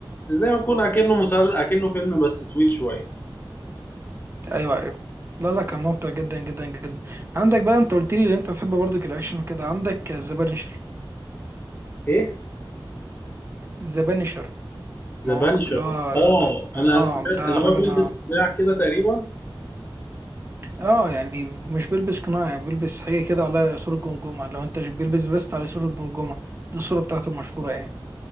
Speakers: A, on the left (about 25°); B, on the right (about 30°).
A: زي ما يكون أكنه مسلسل أكنه فيلم بس طويل شوية
B: أيوه أيوه لا لا كان ممتع جدا جدا جدا عندك بقى أنت قلت لي إن أنت بتحب برضك الأكشن وكده عندك ذا بانشر
A: إيه؟
B: ذا بانشر المواقف
A: ذا بانشر
B: اللي هو
A: أه
B: اه
A: أنا سمعت
B: ده
A: اللي
B: حاجة
A: هو بيلبس
B: ما
A: قناع كده تقريبا
B: اه يعني مش بيلبس قناع يعني بيلبس حاجة كده على صورة جمجمة لو انت بيلبس فيست على صورة جمجمة دي الصورة بتاعته المشهورة يعني